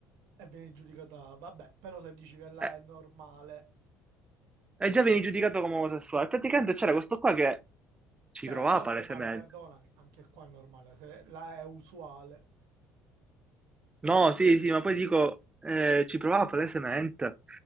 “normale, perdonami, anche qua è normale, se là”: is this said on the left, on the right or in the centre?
Right